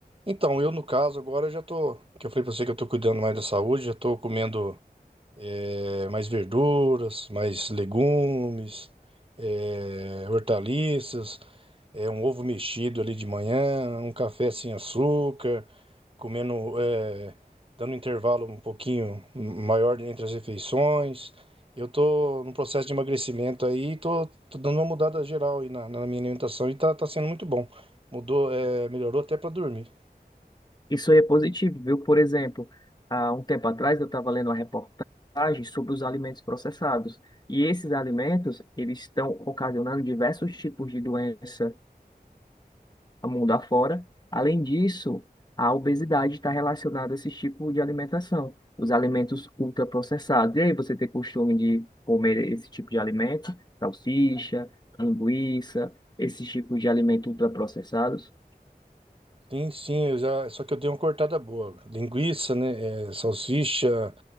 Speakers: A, on the right; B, on the left.
A: então, eu no caso agora eu já tô, que eu falei pra você que eu tô cuidando mais da saúde, já tô comendo é, mais verduras, mais legumes, é, hortaliças. É um ovo mexido ali de manhã, um café sem açúcar, comendo, é, dando um intervalo um pouquinho maior entre as refeições. Eu tô num processo de emagrecimento aí, tô, tô dando uma mudada geral aí na, na minha alimentação e tá, tá sendo muito bom. Mudou, é, melhorou até para dormir.
B: Isso aí é positivo, viu? Por exemplo, há um tempo atrás eu estava lendo uma reportagem sobre os alimentos processados. E esses alimentos, eles estão ocasionando diversos tipos de doença a mundo afora. Além disso, a obesidade está relacionada a esse tipo de alimentação, os alimentos ultraprocessados. E aí, você tem costume de comer esse tipo de alimento? Salsicha, linguiça, esses tipos de alimentos ultraprocessados?
A: Sim, sim, eu já, só que eu dei uma cortada boa. Linguiça, né? é, salsicha,